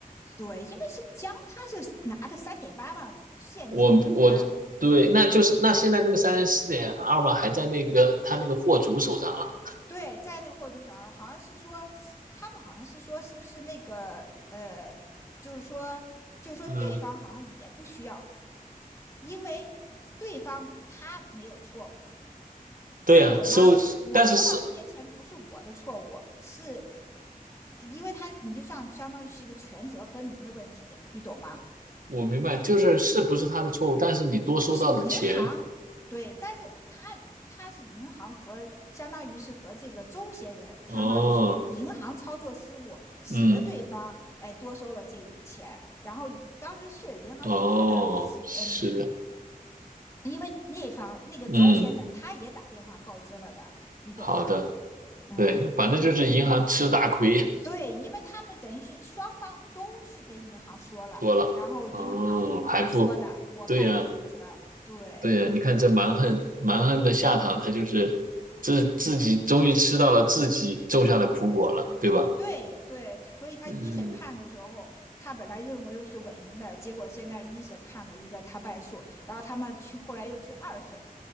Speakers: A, on the left; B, on the right.
A: 对，因为是江他是拿的三点八万现金给的，
B: 我我对，
A: 对
B: 那就是那现在那个三十四点二万还在那个他那个货主手上了。
A: 对，在那个货主手上，好像是说，他们好像是说是不是那个呃，就是说就是说对方好像也不需要，
B: 嗯，
A: 因为对方他没有错误。
B: 对呀、
A: 你懂吗？
B: 收，
A: 我收到这些钱不是我的错误，
B: 但是是
A: 是因为他你就像相当于是一个权责分明的问题，你懂吗？
B: 我明白，就是是不是他的错误，但是你多收到的钱，
A: 是银行对，但是他他是银行和相当于是和这个周先生，相当于是银行操作失误，
B: 哦，
A: 使得对方哎多收了这一笔钱，
B: 嗯，
A: 然后当时是银行就觉得，
B: 哦，是的，
A: 嗯，因为那方那个周先生他也打电话告知了的，
B: 嗯，
A: 你懂吗？
B: 好的，
A: 嗯。
B: 对，反正就是银行吃大亏，
A: 对，因为他们等于是双方都去跟银行说了，
B: 多了，
A: 然后银行说的我概不负责。
B: 哦，还不，对呀、
A: 对，
B: 对呀、你看这蛮横蛮横的下场，他就是自自己终于吃到了自己种下的苦果了，对吧？
A: 对，对，他所以他一审判的时候，
B: 嗯，
A: 他本来认为是稳赢的，结果现在一审判了一个他败诉，然后他们去后来又去二审，